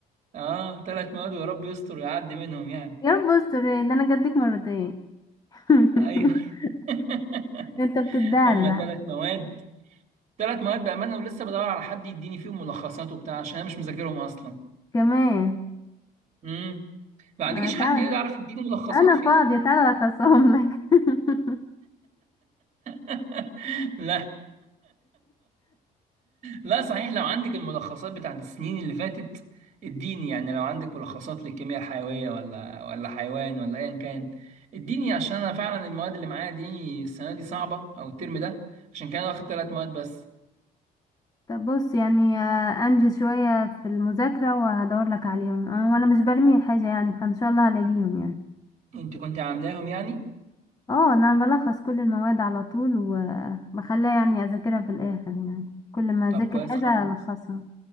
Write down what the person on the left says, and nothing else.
يا رب استر إيه ده انا جدك مرتين <laughs>
انت بتدلع
كمان
آه،
تعال
انا
فاضية تعالى اخصهم لك <laughs>
طب بص يعني آه، انجز شوية في المذاكرة وهدور لك عليهم آه، وانا مش برمي حاجة يعني فان شاء الله هلاقيهم يعني
اه انا بلخص كل المواد على طول وبخليها يعني اذاكرها في الاخر يعني كل ما
اذاكر
حاجة
الخصها